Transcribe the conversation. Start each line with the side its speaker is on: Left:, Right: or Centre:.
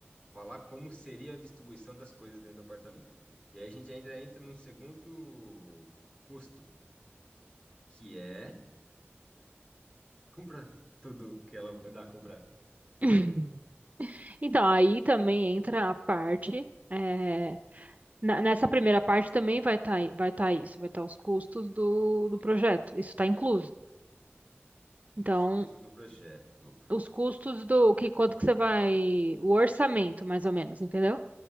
Left: falar como seria a distribuição das coisas dentro do apartamento. E aí a gente ainda entra num segundo custo, que é compra tudo que ela mandar comprar.
Right: <clears throat> <laughs> Então, aí também entra a parte. é, na- nessa primeira parte também vai estar vai tá isso, vai estar os custos do, do projeto. Isso está incluso. Então,
Left: Os custos do projeto.
Right: os custos do que quanto que você vai, o orçamento mais ou menos, entendeu?